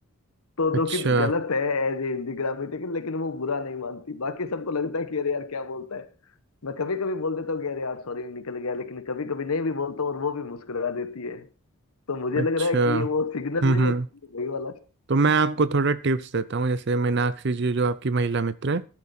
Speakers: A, on the left; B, on the right.
A: तो
B: अच्छा
A: जो कि गलत है एज ए हिंदी ग्रामेटिकल लेकिन वो बुरा नहीं मानती बाकी सबको लगता है कि अरे यार क्या बोलता है मैं कभी कभी बोल देता हूँ कि अरे यार सॉरी निकल गया लेकिन कभी कभी नहीं भी बोलता हूँ और वो भी मुस्कुरा देती है तो मुझे
B: अच्छा
A: लग रहा है कि ये वो सिग्नल
B: हम्म
A: नहीं
B: हम्म
A: होता ये वही वाला signal
B: तो मैं
A: है
B: आपको थोड़ा टिप्स देता हूँ जैसे मीनाक्षी जी जो आपकी महिला मित्र है